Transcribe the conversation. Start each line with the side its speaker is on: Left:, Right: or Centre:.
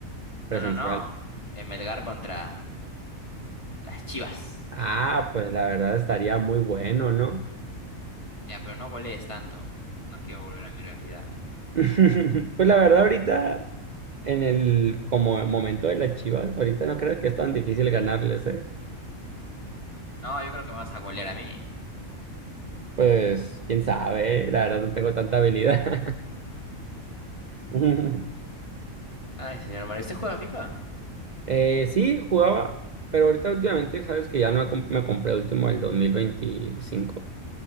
Right: presencial?
Left: No, no, no. En Melgar contra las Chivas.
Right: Ah, pues la verdad estaría muy bueno, ¿no?
Left: Ya, pero no golees tanto. No quiero volver a mi realidad.
Right: <laughs> Pues la verdad ahorita, en el como momento de las Chivas, ahorita no creo que es tan difícil ganarles, ¿eh?
Left: No, yo creo que me vas a golear a mí.
Right: Pues quién sabe, la verdad no tengo tanta habilidad. <laughs>
Left: Ay, señor Omar, ¿usted juega FIFA?
Right: Eh, sí, jugaba, pero ahorita últimamente sabes que ya no he comp- me compré el último del veinticinco.